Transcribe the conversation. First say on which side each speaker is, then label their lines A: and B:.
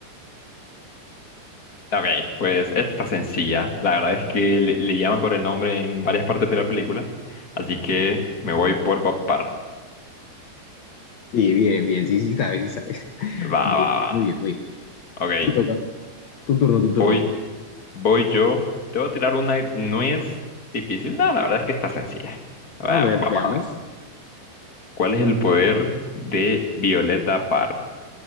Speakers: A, on the left (about 25°); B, on the left (about 65°).
A: Ok, pues esta está sencilla. La verdad es que le, le llaman por el nombre en varias partes de la película, así que me voy por Bob Parr.
B: Sí, bien, bien, sí, sí sabes, sí sabes. <laughs>
A: Va,
B: Bien,
A: va,
B: bien,
A: va.
B: muy bien, muy bien.
A: Ok,
B: Te toca. Tu turno, tu turno.
A: voy, voy yo. Te voy a tirar una. No es difícil. No, la verdad es que está sencilla. Va-
B: A ver,
A: Vamos
B: veamos.
A: a ver. ¿Cuál es el poder de Violeta Parr?